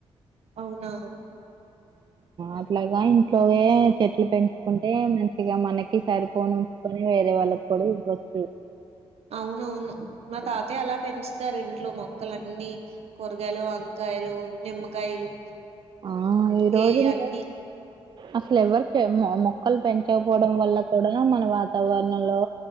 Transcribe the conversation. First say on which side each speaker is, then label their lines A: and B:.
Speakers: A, on the right (about 70°); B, on the right (about 45°).
A: అవునా
B: అట్లగాని ఇంట్లోయె చెట్లు పెంచుకుంటే మంచిగా మనకి సరిపోను కొని వేరే వాళ్ళకి కూడా ఇవ్వచ్చు
A: అవునవును మా తాతయ్య అలా పెంచుతారు ఇంట్లో మొక్కలన్నీ కూరగాయలు వంకాయలు నిమ్మకాయలు
B: ఆ
A: ఇంకే
B: ఈ రోజుల్లో
A: అన్ని
B: అసలు ఎవరు చె మొ మొక్కలు పెంచకపోవడం వల్ల కూడా మన వాతావరణంలో